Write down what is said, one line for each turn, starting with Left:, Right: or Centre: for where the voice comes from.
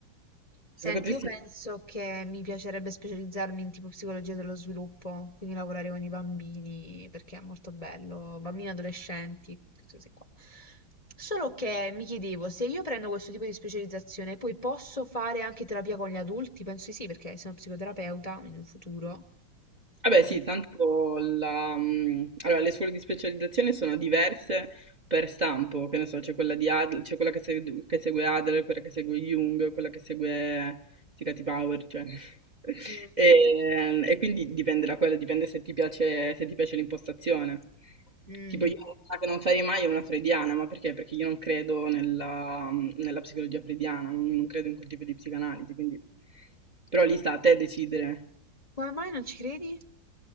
Left: Senti,
Right: Se potessi.
Left: io penso che mi piacerebbe specializzarmi in tipo psicologia dello sviluppo, quindi lavorare con i bambini, perché è molto bello, bambini e adolescenti, queste cose qua. Solo che mi chiedevo, se io prendo questo tipo di specializzazione, poi posso fare anche terapia con gli adulti? Penso di sì, perché sono psicoterapeuta in un futuro.
Right: Vabbè
Left: potrò-
Right: sì, tanto la, mm, allora, le scuole di specializzazione sono diverse per stampo, che ne so, c'è quella di Adler, c'è quella che, segu- che segue Adler, quella che segue Jung, quella che segue Sicati Power, cioè. <laughs>
Left: Mm.
Right: E, e quindi dipende da quello, dipende se ti piace, se ti piace l'impostazione.
Left: Mm.
Right: Tipo io una che non farei mai è una freudiana, ma perché? Perché io non credo nella, mm, nella psicologia freudiana, non, non credo in quel tipo di psicanalisi, quindi... Però lì sta a te decidere.
Left: Come mai non ci credi?